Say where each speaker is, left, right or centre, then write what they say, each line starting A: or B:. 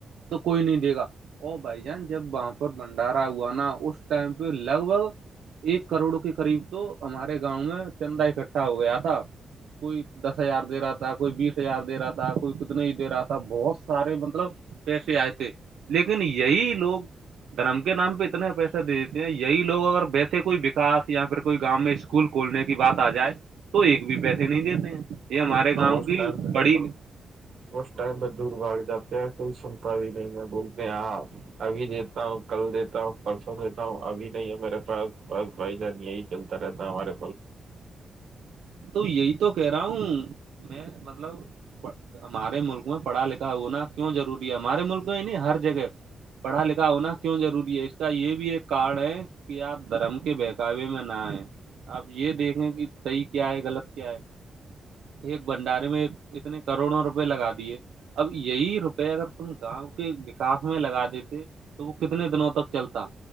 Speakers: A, on the right (about 80°); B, on the right (about 55°).
A: تو کوئی نہیں دے گا ا بھائی جان جب وہاں پر بنڈارا ہوا نا اس ٹائم پہ لگ بھگ ایک کروڑ کے قریب تو ہمارے گاؤں میں چندہ اکٹھا ہو گیا تھا کوئی دس ہزار دے رہا تھا کوئی بیس ہزار دے رہا تھا کوئی نہیں دے رہا تھا بہت سارے مطلب پیسے آئے تھے لیکن یہی لوگ دھرم کے نام پہ اتنے پیسے دے دیتے ہیں یہی لوگ اگر ویسے کوئی وکس یا پھر کوئی گاؤ میں اسکول کھولنے کی بات آ جائے تو ایک بھی پیسے نہیں دیتے ہیں یہ ہمارے گاؤں
B: اسارد
A: کی بڑی
B: اس ٹائم ب دور باغ جاتے ہیں کوئی سنتا بھی نہیں ہے بولتے آاں ابھی دیتا ہوں کل دیتا ہوں پرسوں دیتا ہوں ابھی نہیں ہے میرے پاس بس بھائی جان یہی چلتا رہتا ہے ہمارے
A: تو یہی تو کہہ رہا ہوں میں مطلب ہمارے ملک میں پڑھا لکھا ہونا کیوں ضروری ہے ہمارے ملک میں ہی نہیں ہر جگہ پڑھا لکھا ہونا کیوں ضروری ہے اس کا یہ بھی ایک کارڈ ہے کہ آپ دھرم کے بہکاوے میں نہ آئے آپ یہ دیکھیں کہ صحیح کیا ہے غلط کیا ہے ایک بھنڈارے میں اتنے کروڑوں روپے لگا دیے اب یہی روپئے اگر تم گاؤں کے وکاس میں لگا دیتے تو وہ کتنے دنوں تک چلتا